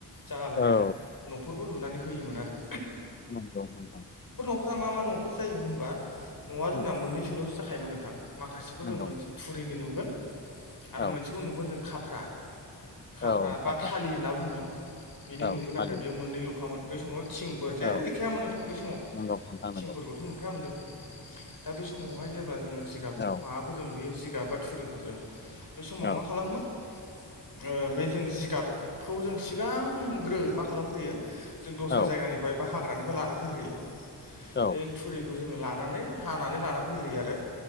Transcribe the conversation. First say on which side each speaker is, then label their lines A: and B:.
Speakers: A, on the left (about 55°); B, on the left (about 25°).
A: जालालायनानै
B: औ
A: न'फोर खौ लुनानै होयोमोन आरो।
B: नंगौ नोंथां।
A: फ्रा मा मा न'फोर जायोमोन होनबा न'आ जोंना
B: उम
A: मोननैसोल'सो जाखायोमोन नोंथां। माखासेखौ
B: नंगौ
A: जों मोनस थुरिनि नुगोन। आरो
B: औ
A: मोनसेखौ नुगोन जों खाफ्रा खाफ्रा
B: औ खाफा
A: बा थालि होनना बुङो। बिनि
B: औ
A: नुगोन
B: फालि
A: आरो बे मोननै ल'खामोन बे समाव। थिंफोर जेबो
B: औ
A: गैखायामोन नोंथां बे समाव
B: नंगौ नोंथां
A: थिंफोरखौथ'
B: नंगौ
A: नुखायामोन जों। दा बे समावहाय जेब्ला जोङो जिगाब
B: औ
A: माबाफोरजों लुयो जिगाब बा थुरिफोरजों बे समाव
B: औ
A: मा खालामोमोन। ओ बे जों जिगाबखौ जों सिगांग्रो मा खालामग्रोयो। जों दस्रा
B: औ
A: जायगानिफ्राय बा हाग्रानिफ्राय लाना फैग्रोयो
B: औ
A: बे थुरिखौ। जोङो लानानै हानानै लाना फैग्रोयो आरो